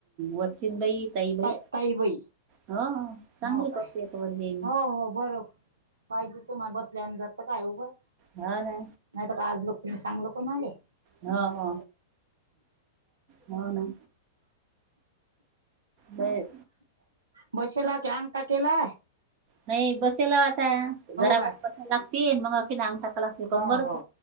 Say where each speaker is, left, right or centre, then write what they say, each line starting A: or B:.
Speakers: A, on the right; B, on the right.
A: वचनबाई तईबाई
B: ताई ताईबाई
A: हो चांगली
B: हो काय
A: करत य वर ये.
B: हो हो बरं पाहिजे सुमार बसल्यान जात काय उभा
A: हो ना
B: नाहीत का आज लोक तनी चांगलं कोण आले.
A: हो हो हो ना. नाही.
B: बसेला क अंग टा केला.
A: नाही बसेल आता घराबार
B: काय
A: कसाय लागतील मग अखेनगतात. कंबरच
B: हो हो